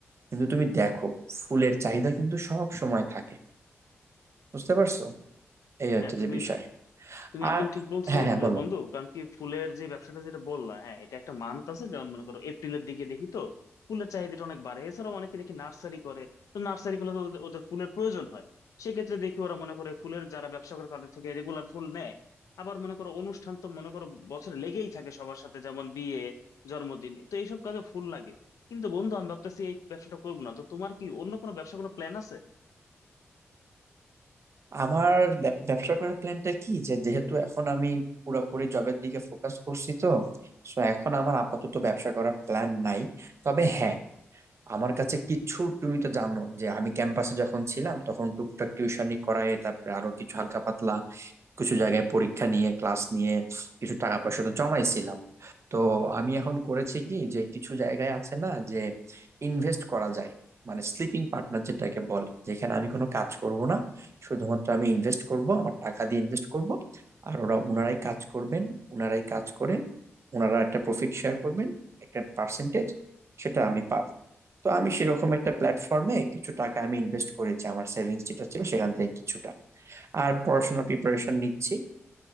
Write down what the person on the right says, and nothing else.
কিন্তু তুমি দেখো ফুলের চাহিদা কিন্তু সব সময় থাকে বুঝতে পারছো এই হচ্ছে
যে বিষয়
আর
হ্যাঁ হ্যাঁ
বলো
আমার ব্যব- ব্যবসা করার প্ল্যানটা কি যে যেহেতু এখন আমি পুরোপুরি জবের দিকে ফোকাস করছি তো সো এখন আমার আপাতত ব্যবসা করার প্ল্যান নাই তবে হ্যাঁ আমার কাছে কিছু তুমি তো জানো যে আমি ক্যাম্পাসে যখন ছিলাম তখন টুকটাক টিউশনি করায় তারপরে আরো কিছু হালকা পাতলা কিছু জায়গায় পরীক্ষা নিয়ে ক্লাস নিয়ে কিছু টাকা পয়সা তো জমাইছিলাম তো আমি এখন করেছি কি যে কিছু জায়গায় আছে না যে ইনভেস্ট করা যায় মানে স্লিপিং পার্টনার যেটাকে বলে যেখানে আমি কোনো কাজ করব না শুধুমাত্র আমি ইনভেস্ট করব আমার টাকা দিয়ে ইনভেস্ট করব আর ওরা ওনারাই কাজ করবেন ওনারাই কাজ করে ওনারা একটা প্রফিট শেয়ার করবেন একটা পার্সেন্টেজ সেটা আমি পাবো তো আমি সেরকম একটা প্ল্যাটফর্মে কিছু টাকা আমি ইনভেস্ট করেছি আমার সেভিংস যেটা ছিল সেখান থেকে কিছুটা আর পড়াশোনার প্রিপারেশন নিচ্ছি